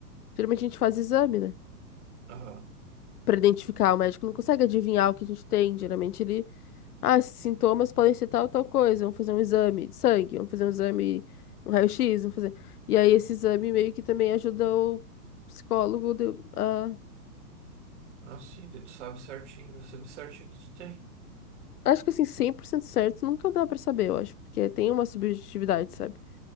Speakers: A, on the left; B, on the right.
A: geralmente a gente faz exame, né?
B: Aham.
A: Pra identificar, o médico não consegue adivinhar o que a gente tem, geralmente ele Ah, esses sintomas podem ser tal, tal coisa. Vamos fazer um exame de sangue, vamos fazer um exame, um raio-x, vamos fazer. E aí esse exame meio que também ajuda o psicólogo de- a.
B: Ah, sim, daí tu sabe certinho, você sabe certinho o que tu tem.
A: Acho que assim, 100% certo nunca dá pra saber, eu acho, porque tem uma subjetividade, sabe?